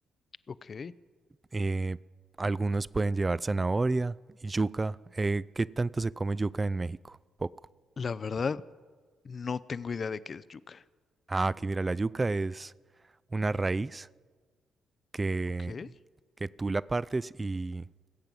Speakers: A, on the left (about 45°); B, on the right (about 20°).
A: Ok,
B: eh, algunos pueden llevar zanahoria y yuca. Eh, ¿qué tanto se come yuca en México? Poco.
A: La verdad, no tengo idea de qué es yuca.
B: Ah, aquí mira, la yuca es una raíz que,
A: ok.
B: que tú la partes y